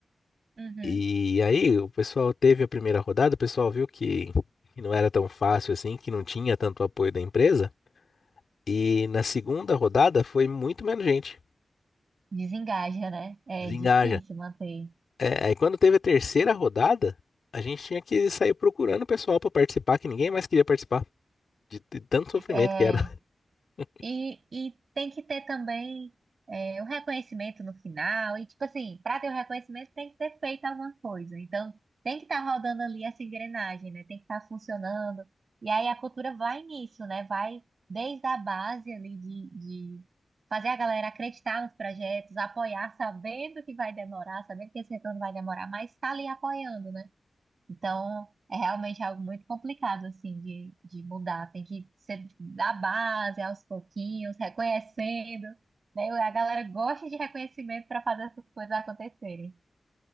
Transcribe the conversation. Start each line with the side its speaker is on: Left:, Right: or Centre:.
Right: Uhum.
Left: E aí o pessoal teve a primeira rodada, o pessoal viu que que não era tão fácil assim, que não tinha tanto apoio da empresa. E na segunda rodada foi muito menos gente.
Right: Desengaja, né? É
Left: Desengaja,
Right: difícil manter.
Left: É, aí quando teve a terceira rodada, a gente tinha que sair procurando o pessoal pra participar, que ninguém mais queria participar, de, de tanto sofrimento
Right: É,
Left: que era. <laughs>
Right: e, e tem que ter também é, o reconhecimento no final. E, tipo assim, para ter o reconhecimento tem que ter feito alguma coisa. Então, tem que estar rodando ali essa engrenagem, né? Tem que estar funcionando. E aí a cultura vai nisso, né? Vai desde a base ali de, de fazer a galera acreditar nos projetos, apoiar, sabendo que vai demorar, sabendo que esse retorno vai demorar, mas está ali apoiando, né? Então, é realmente algo muito complicado, assim, de, de mudar. Tem que ser da base, aos pouquinhos, reconhecendo, né? A galera gosta de reconhecimento para fazer essas coisas acontecerem.